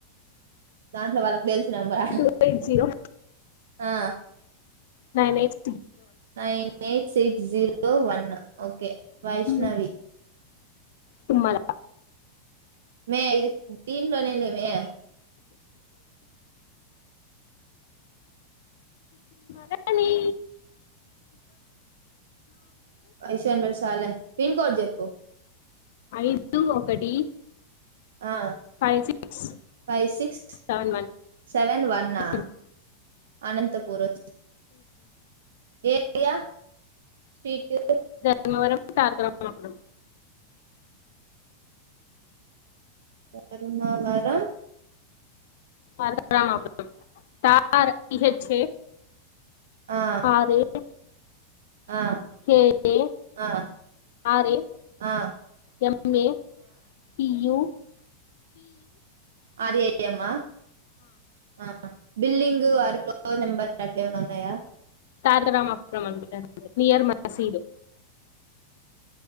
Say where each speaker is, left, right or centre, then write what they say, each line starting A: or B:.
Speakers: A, on the right; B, on the left.
A: దాంట్ల వాళ్ళక్ తెలిసినంబర
B: టూ ఎయిట్ జీరో
A: ఆ
B: manage
A: nine six zero one okay Vaishnavi
B: one Tummala
A: మే ఇది దీంన్లోనే లేమే
B: హనీ
A: వైసండసాలే పిన్ కోడ్ జెప్పు
B: ఏదో ఒకటి
A: ఆ
B: five six
A: five six
B: seven
A: seven వన్నా
B: వన్
A: అనంతపురొ ఏరియా స్ట్రీట్
B: ధర్మవరం టారమాపడం
A: బాగున్నావారా
B: <unintelligible> తార్ పీ హెచ్ ఎ
A: ఆ
B: ఆదే
A: ఆ
B: కేే ఎ
A: ఆ
B: ఆర్ ఎ
A: ఆ
B: M A P U
A: R A ఎమ్మ ఆ బిల్డింగ్ ఆరు ఫ్లోర్ నెంబర్ అట్లేమనా ఉన్నాయా
B: తారకరామపురం అండి <unintelligible> నియర్ మసీదు.